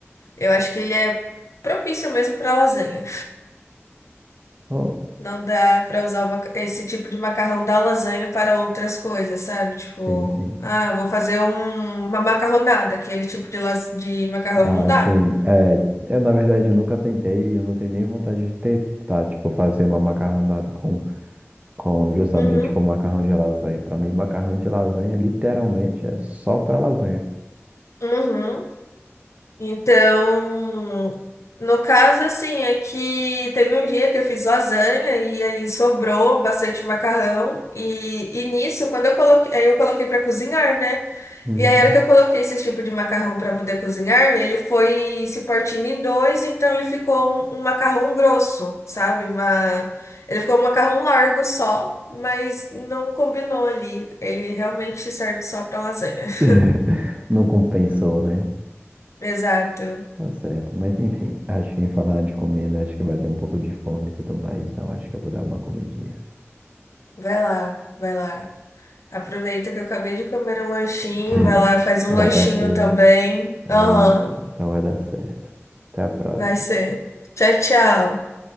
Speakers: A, on the left; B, on the right.
A: Eu acho que ele é propício mesmo para lasanha.
B: pô.
A: Não dá pra usar uma- esse tipo de macarrão da lasanha para outras coisas, sabe? Tipo,
B: Sim, sim.
A: ah, vou fazer um- uma macarronada, aquele tipo de, las- de macarrão
B: Ah,
A: não dá.
B: sim. É, eu, na verdade, eu nunca tentei e eu não tenho nem vontade de tentar, tipo, fazer uma macarronada com, com justamente
A: Uhum,
B: com macarrão de lasanha. Para mim, macarrão de lasanha literalmente é só para lasanha.
A: uhum. Então, no caso, assim, é que teve um dia que eu fiz lasanha e aí sobrou bastante macarrão. E, e nisso, quando eu coloquei, aí eu coloquei para cozinhar, né?
B: Uhum.
A: E aí, a hora que eu coloquei esse tipo de macarrão para poder cozinhar, ele foi se partindo em dois, então ele ficou um, um macarrão grosso, sabe? Uma... Ele ficou um macarrão largo só, mas não combinou ali. Ele realmente serve só para lasanha. <laughs>
B: <laughs> Não compensou, né?
A: Exato.
B: Tá certo. Mas enfim, acho que em falar de comida, acho que vai ter um pouco de fome e tudo mais, então acho que eu vou dar uma comidinha.
A: Vai lá, vai lá. Aproveita que eu acabei de comer um lanchinho.
B: <laughs>
A: Vai lá, faz um
B: Já
A: lanchinho
B: tá cheio.
A: também.
B: É
A: Aham,
B: isso. Então vai dar certo. Até a próxima.
A: vai ser. Tchau, tchau.